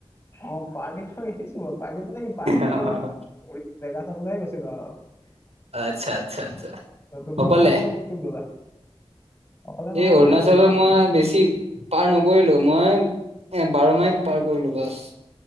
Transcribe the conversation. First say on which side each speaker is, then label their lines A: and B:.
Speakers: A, on the left; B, on the right.
A: অ পাৰ্টিক থৈ আহিছো বাৰু পাৰ্টি মানে পাৰ্টি কৰিব
B: অ',
A: যাম জেগা চাবলৈ গৈছে তুমি
B: আচ্ছা, আচ্ছা, আচ্ছা
A: মানে
B: অকলে
A: অৰুনাচল ক'ত ক'ত গ'লা অকলে
B: সেই
A: নহয়
B: অৰুণাচলৰ
A: আমাৰ
B: মই বেছি পাৰ ন কৰিলো মই এ বাৰ মাইল পাৰ কৰিলো বাছ